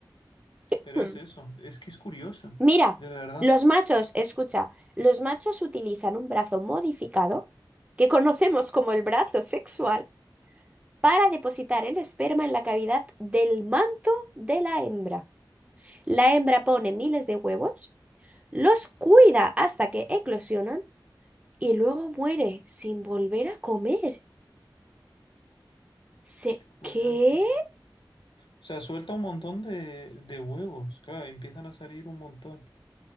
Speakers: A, on the right; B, on the left.
A: <clears throat>
B: Pero
A: Hmm.
B: es eso, es que es curioso,
A: Mira,
B: de verdad.
A: los machos, escucha, los machos utilizan un brazo modificado, que conocemos como el brazo sexual, para depositar el esperma en la cavidad del manto de la hembra. La hembra pone miles de huevos, los cuida hasta que eclosionan y luego muere sin volver a comer. ¿Se
B: Curioso.
A: qué?
B: O sea, suelta un montón de, de huevos. Claro, empiezan a salir un montón.